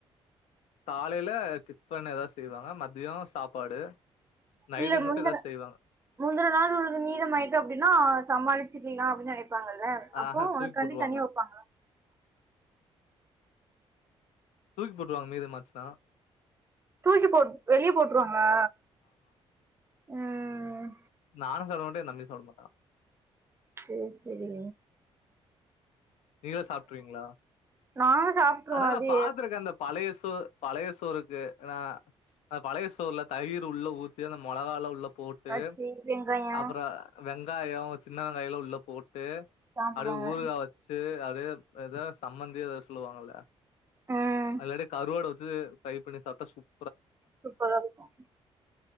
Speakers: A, on the left; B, on the right.
A: காலயில டிஃபன் ஏதாவ செய்வாங்க மதிய சாப்பாடு நைட்டுக்கு
B: இல்ல
A: மட்டும்
B: முந்தின
A: ஏதாவது செய்வாங்க.
B: முந்தின நாள் உள்ள மீதமாயிட்டு அப்டின்னா சமாளிச்சுக்களா அப் நினைப்பாங்கல்ல
A: ஆஹ
B: அப்போ
A: தூக்கி
B: உனக்கு காண்டி
A: போட்ருவாங்க.
B: தனியா வைப்பாங்களா
A: தூக்கி போட்ருவாங்க மீத மாச்சனா
B: தூக்கி போட் வெளியே போட்டுருவாங்களா ம்
A: நானு சொல்ல மாட்டே ஏ தம்பியு சொல்ல மாட்டா
B: சேரி சரி
A: நீங்களா சாப்ட்ருவீங்களா
B: நாங்க சாப்ட்ருவோ
A: ஆனா
B: அது
A: நா பாத்துருக்கே அந்த பழய்ஸ் பு பழய சோருக்கு நா பழய சோர்ல தயிர் உள்ள ஊத்தி அந்த மொளகால உள்ள போட்டு
B: வச்சு வெங்காயோ
A: அப்புற வெங் காய சின்ன வெங்காய எல்லா உள்ள போட்டு
B: சாப்டுவாங்க
A: அது ஊருகா வச்சு அது எதோ சம்மந்தியோ ஏதாவது சொல்லுவாங்கல்ல
B: ம்
A: அல்லாடி கருவாடு அது ப்ரைய் பண்ணி சாப்டா சுப்
B: சூப்பரா இருக்கு